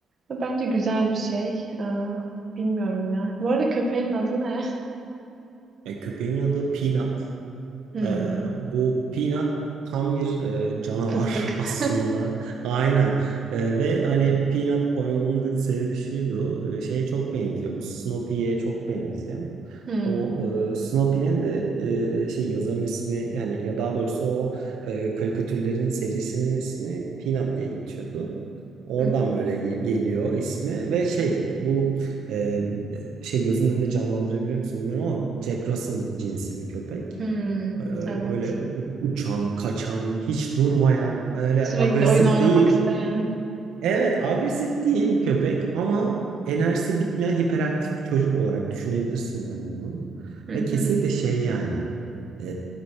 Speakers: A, on the right (about 35°); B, on the right (about 80°).
A: Ve bence güzel bir şey. Ee, bilmiyorum ya. Bu arada köpeğin adı ne? <laughs>
B: Ya köpeğimin adı Peanut.
A: Hmm,
B: Ee, bu Peanut tam bir e, canavar
A: fıstık.
B: <laughs> aslında.
A: <laughs>
B: Aynen. Ee, ve hani Peanut koymamın da sebebi şuydu. e, şeye çok benziyor. Bu Snoopy'ye çok benziyor.
A: Hmm.
B: O e, Snoopy'nin de e, şey yazarın ismi yani ya daha doğrusu o e, karikatürlerin serisinin ismi Peanut diye geçiyordu. Oradan
A: Hı hı.
B: böyle ge- geliyor ismi ve şey bu e, şey gözünün önünde canlandırabiliyor musun bilmiyorum ama Jack Russell cinsi bir köpek.
A: Hmm.
B: Ee,
A: Evet.
B: Böyle u- uçan, kaçan, hiç durmayan, öyle
A: Sürekli
B: agresif
A: oyun oynamak
B: değil.
A: isteyen.
B: Evet, agresif değil bu köpek ama enerjisi bitmeyen hiperaktif bir çocuk olarak düşünebilirsin yani bunu.
A: Hı
B: Ve
A: hı.
B: kesinlikle şey yani e,